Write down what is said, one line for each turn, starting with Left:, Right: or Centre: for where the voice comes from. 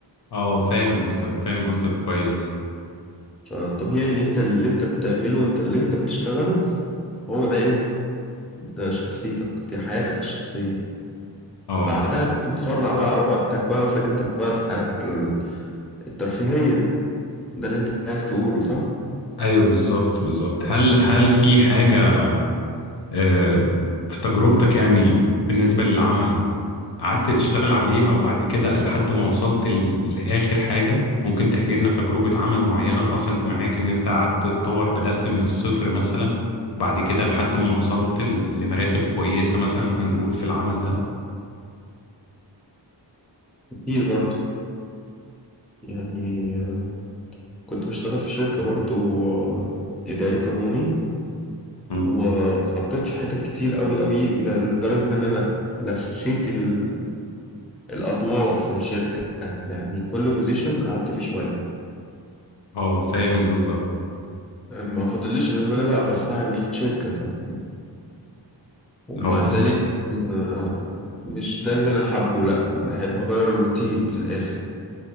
Left: اه فاهم قصدك فاهم قصدك كويس
Centre: فالطبيعي إن أنت اللي أنت بتعمله وأنت اللي أنت بتشتغله هو ده أنت ده شخصيتك دي حياتك الشخصية
Left: اه
Centre: بعدها بقى بتفرع بقى وقتك بقى قصدك انت بقى الحياة الترفيهية ده اللي انت عايز تقوله صح؟
Left: ايوه بالظبط بالظبط هل هل في حاجة آه في تجربتك يعني بالنسبة للعمل قعدت تشتغل عليها وبعد كده لحد ما وصلت ل- لآخر حاجة ممكن تحكي لنا تجربة عمل معينة حصلت معاك إن أنت قعدت تتطور بدأت من الصفر مثلا وبعد كده لحد ما وصلت ل- لمراتب كويسة مثلا هنقول في العمل ده
Centre: كتير برضو يعني آه، كنت بشتغل في شركة برضو آه، إداري قانوني
Left: مم.
Centre: واتحطيت في حتت كتير قوي قوي ل- لدرجة إن أنا ل- لفيت ال- الأدوار في الشركة يعني كل بوزيشن قعدت فيه شوية
Left: اه فاهم قصدك
Centre: ما فاضليش غير إن أنا بقى بصاحب الشركة طب ومع
Left: اه
Centre: ذلك
Left: <laughs>
Centre: آه، مش ده اللي أنا حابه لأ بحب أغير الروتين في الآخر